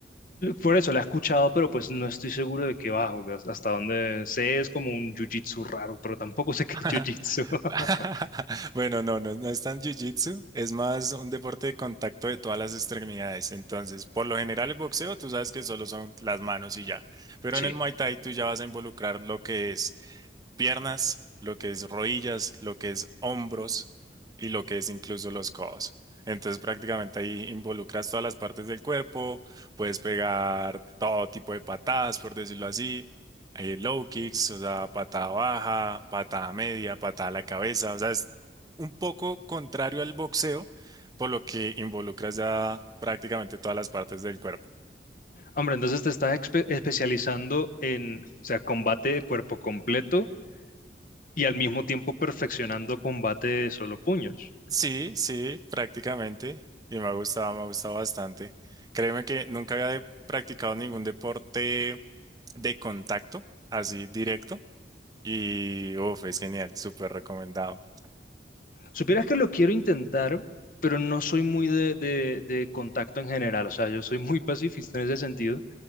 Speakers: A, on the left; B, on the right.
A: Por eso la he escuchado, pero pues no estoy seguro de qué va, porque has- hasta donde sé es como un jiu-jitsu raro, pero tampoco sé qué
B: <laughs>
A: es jiu-jitsu. <laughs>
B: <laughs> Bueno, no, no, no es tan jiu-jitsu, es más un deporte de contacto de todas las extremidades. Entonces, por lo general el boxeo, tú sabes que solo son las manos y ya. Pero
A: Sí.
B: en el Muay Thai tú ya vas a involucrar lo que es piernas, lo que es rodillas, lo que es hombros y lo que es incluso los codos. Entonces prácticamente ahí involucras todas las partes del cuerpo, puedes pegar todo tipo de patadas, por decirlo así, eh, low kicks, o sea, patada baja, patada media, patada a la cabeza, o sea, es un poco contrario al boxeo, por lo que involucras ya prácticamente todas las partes del cuerpo.
A: Hombre, entonces te estás espe- especializando en, o sea, combate de cuerpo completo y al mismo tiempo perfeccionando combate de solo puños.
B: Sí, sí, prácticamente. Y me ha gustado, me ha gustado bastante. Créeme que nunca había de- practicado ningún deporte de contacto, así directo. Y uff, es genial, súper recomendado.
A: Supieras que lo quiero intentar, pero no soy muy de, de- de contacto en general, o sea, yo soy muy pacifista en ese sentido